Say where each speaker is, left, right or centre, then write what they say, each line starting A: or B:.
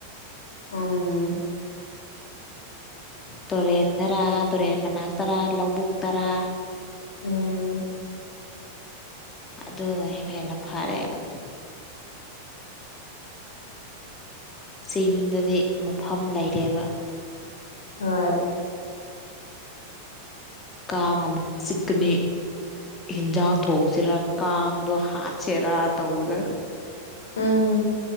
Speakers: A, on the left (about 65°); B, on the left (about 20°).
A: ꯎꯝ
B: ꯇꯨꯔꯦꯟꯗꯔꯥ ꯇꯨꯔꯦꯟ ꯃꯅꯥꯛ ꯇꯔꯥ ꯂꯧꯕꯨꯛ ꯇꯔꯥ
A: ꯎꯝ
B: ꯑꯗꯨꯅ ꯍꯦꯟꯅ ꯐꯔꯛꯑꯦꯕ ꯆꯤꯡꯗꯗꯤ ꯃꯐꯝ ꯂꯩꯔꯦꯕ
A: ꯍꯣꯏ
B: ꯀꯥꯉꯝ ꯆꯛꯅꯤ ꯌꯦꯟꯖꯥꯡ ꯊꯣꯡꯁꯤꯔꯥ ꯀꯥꯡꯗꯣ ꯍꯥꯠꯁꯤꯔꯥ ꯇꯧꯕꯗ
A: ꯎꯝ